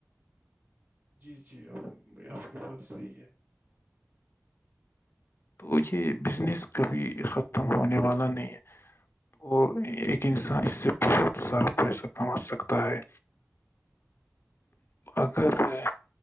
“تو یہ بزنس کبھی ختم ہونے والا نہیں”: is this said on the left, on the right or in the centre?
Left